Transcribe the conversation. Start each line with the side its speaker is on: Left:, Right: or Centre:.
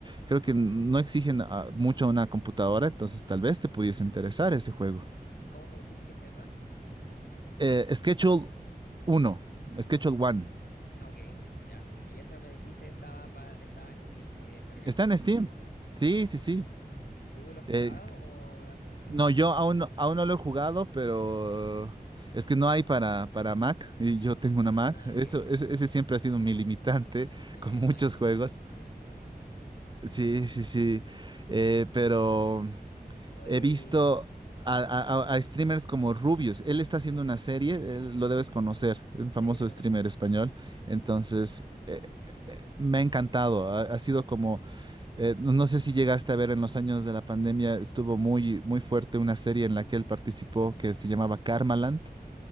Right: creo que no exigen ah, mucho a una computadora, entonces tal vez te pudiese interesar ese juego.
Left: ¿Cómo me dijiste que se llama?
Right: Eh, Schedule 1, Schedule 1,
Left: Ah, Ok, ya. Y eso me dijiste estaba, pa- estaba en Steam, podía descargarlo
Right: está
Left: así,
Right: en Steam. Sí, sí, sí.
Left: ¿ya? ¿Y tú lo has jugado
Right: Eh,
Left: o lo has visto solamente
Right: no,
Left: en
Right: yo
Left: stream?
Right: aún, no- aún no lo he jugado, pero es que no hay para, para Mac y yo tengo una
Left: Ah,
Right: Mac. Eso,
Left: ok.
Right: ese ese siempre ha sido mi limitante
Left: Sí,
Right: <laughs> con
Left: el
Right: muchos
Left: Mac siempre
Right: juegos.
Left: tiene esa limitación.
Right: Sí, sí, sí. Eh, pero
Left: Oye,
Right: he visto
Left: y...
Right: a, a- a- a streamers como Rubius. Él está haciendo una serie, él lo debes conocer, es un famoso
Left: Sí, lo conozco.
Right: streamer español. Entonces, eh, me ha encantado. Ha, ha sido como, eh, no no sé si llegaste a ver en los años de la pandemia, estuvo muy, muy fuerte una serie en la que él participó que se llamaba Karmaland.